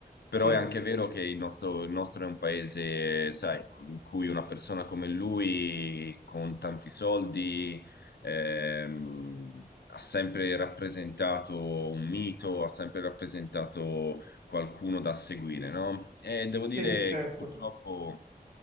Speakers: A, on the left (about 80°); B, on the right (about 55°).
A: Però
B: Sì,
A: è anche vero che il nostro, il nostro è un paese, sai, in cui una persona come lui, con tanti soldi ehm, ha sempre rappresentato un mito, ha sempre rappresentato qualcuno da seguire, no? E devo dire
B: sì, certo.
A: che purtroppo